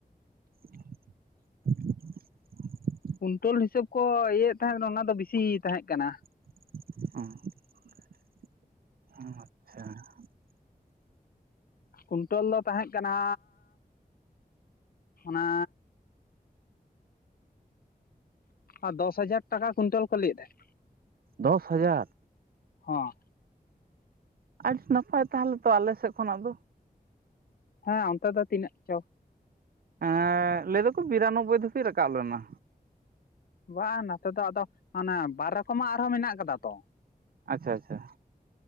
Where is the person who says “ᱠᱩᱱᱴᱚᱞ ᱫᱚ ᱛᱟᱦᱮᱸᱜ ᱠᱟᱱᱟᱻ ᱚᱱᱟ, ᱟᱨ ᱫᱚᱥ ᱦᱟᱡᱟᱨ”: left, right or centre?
Left